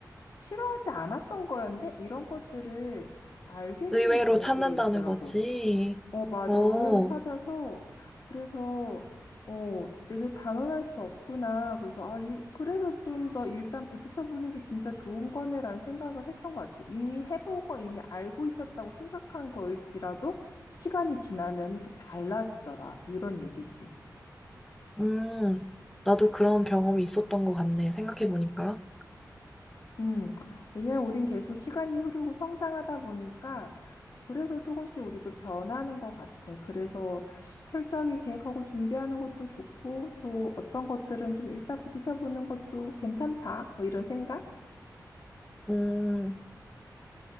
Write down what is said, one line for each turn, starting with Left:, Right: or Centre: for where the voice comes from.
Left: 싫어하지 않았던 거였네? 이런 것들을 알게 되는
Centre: 의외로
Left: 경우들이
Centre: 찾는다는
Left: 있더라고.
Centre: 거지.
Left: 어, 맞아.
Centre: 어,
Left: 의외로 찾아서, 그래서, 어, 되게 단언할 수 없구나. 그래서, 아, 일, 그래서 좀 더 일단 부딪혀보는 게 진짜 좋은 거네라는 생각을 했던 것 같아. 이미 해보고 이미 알고 있었다고 생각한 거일지라도 시간이 지나면 또 달라지더라. 이런 얘기지.
Centre: 음, 나도 그런 경험이 있었던 것 같네. 생각해보니까.
Left: 음, 왜냐면 우린 계속 시간이 흐르고 성장하다 보니까 그래서 조금씩 우리도 변하는 것 같아. 그래서 철저하게 계획하고 준비하는 것도 좋고, 또 어떤 것들은 좀 일단 부딪혀보는 것도 괜찮다. 뭐 이런 생각?
Centre: 음.